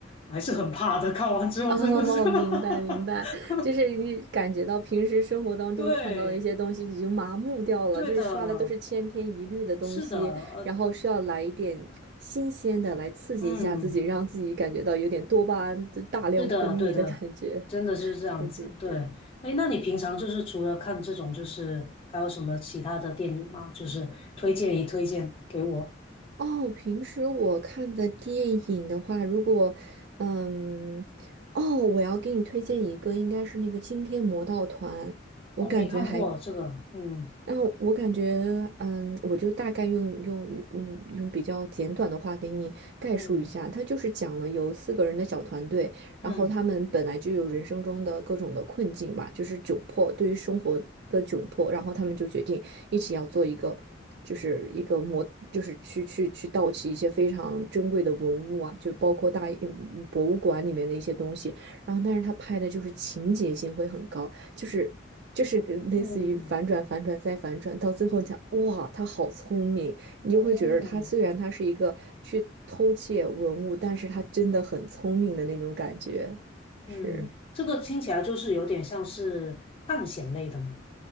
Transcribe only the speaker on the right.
<laughs> 哦，明白明白，
就是你感觉到平时生活当中看到的一些东西已经麻木掉了，
就是刷的都是千篇一律的东西，
然后需要来一点新鲜的来刺激一下自己，
让自己感觉到有点多巴胺的大量分泌的感觉。
<laughs> 是是是。
哦，平时我看的电影的话，如果嗯，哦，我要给你推荐一个，应该是那个《惊天魔盗团》，我感觉还
然后我感觉，嗯，我就大概用用嗯用比较简短的话给你概述一下，
他就是讲了有四个人的小团队，
然后他们本来就有人生中的各种的困境吧，就是窘迫，对于生活的窘迫，然后他们就决定一起要做一个，就是一个模，就是去去去盗窃一些非常珍贵的文物啊，就包括大嗯博物馆里面的一些东西，然后但是他拍的就是情节性会很高。就是就是类似于反转、
反转再反转，到最后你想，哇，他好聪明，你就会觉得他虽然他是一个去偷窃文物，
但是他真的很聪明的那种感觉。
是，